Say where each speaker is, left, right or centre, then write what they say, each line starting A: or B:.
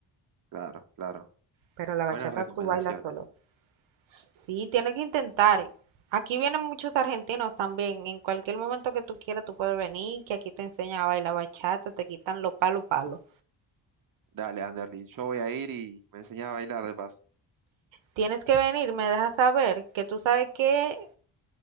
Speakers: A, on the right; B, on the right.
A: claro, claro.
B: pero la bachata
A: Buenas recomendaciones.
B: tú bailas solo. Sí, tienes que intentar. Aquí vienen muchos argentinos también. En cualquier momento que tú quieras, tú puedes venir, que aquí te enseñan a bailar bachata, te quitan los palos, palos.
A: Dale, Anderly, yo voy a ir y me enseñás a bailar de paso.
B: Tienes que venir, me dejas saber que tú sabes que